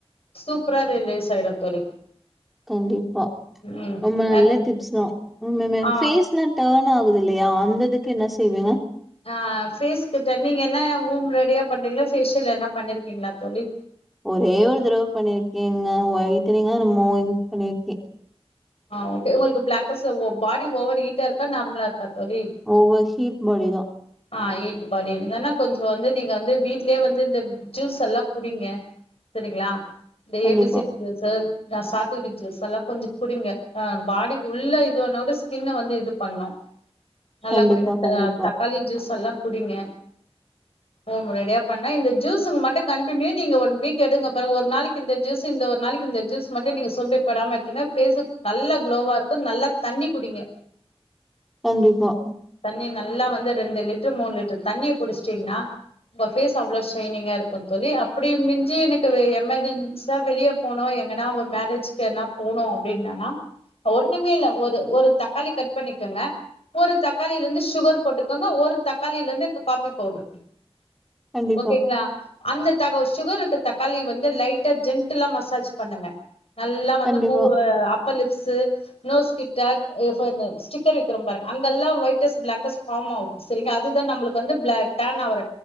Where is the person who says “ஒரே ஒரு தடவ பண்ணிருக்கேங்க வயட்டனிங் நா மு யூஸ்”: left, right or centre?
Centre